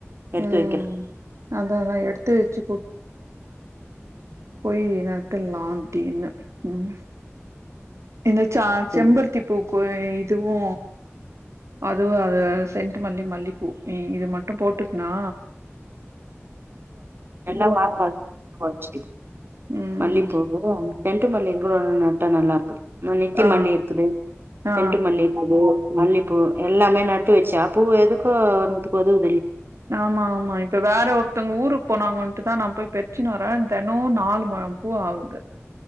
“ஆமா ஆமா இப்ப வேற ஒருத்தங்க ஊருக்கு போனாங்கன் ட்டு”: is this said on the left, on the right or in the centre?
Right